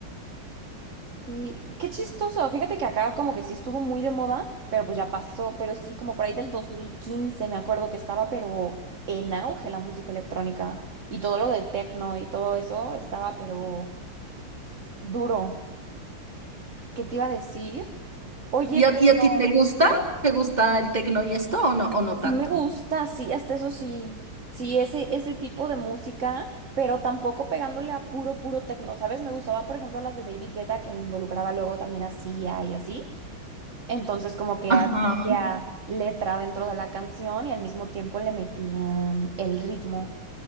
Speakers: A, on the right; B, on the right.
A: Sí, qué chistoso. Fíjate que acá como que sí estuvo muy de moda, pero pues ya pasó. Pero sí, como por ahí del 2015 me acuerdo que estaba, pero en auge la música electrónica y todo lo de techno y todo eso estaba, pero duro. ¿Qué te iba a decir? Oye,
B: ¿Y a,
A: pero
B: y a ti te gusta? ¿Te gusta el tecno y esto o no, o no tanto?
A: sí me gusta, sí, hasta eso sí. Sí, ese, ese tipo de música, pero tampoco pegándole a puro, puro techno, ¿sabes? Me gustaban, por ejemplo, las de David Guetta que involucraba luego también a Sia y así. Entonces como que
B: Ajá.
A: había letra dentro de la canción y al mismo tiempo le metían el ritmo.